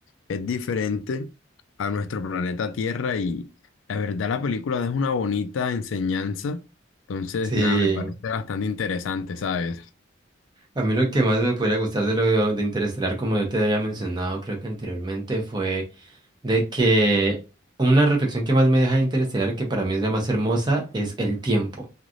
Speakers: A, on the left; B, on the right.
A: es diferente a nuestro planeta Tierra la verdad, la película es una bonita enseñanza. Entonces,
B: Sí.
A: nada, me parece bastante interesante, ¿sabes?
B: A mí lo que más me pudiera gustar de lo de Interestelar, como yo te había mencionado, creo que anteriormente, fue de que una reflexión que más me deja de Interestelar, que para mí es la más hermosa, es el tiempo.